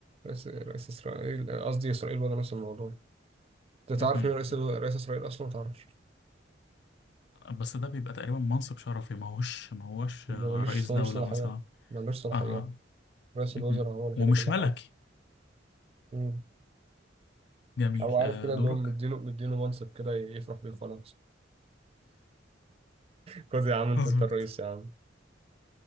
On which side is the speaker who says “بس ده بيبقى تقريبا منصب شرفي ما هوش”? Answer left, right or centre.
Left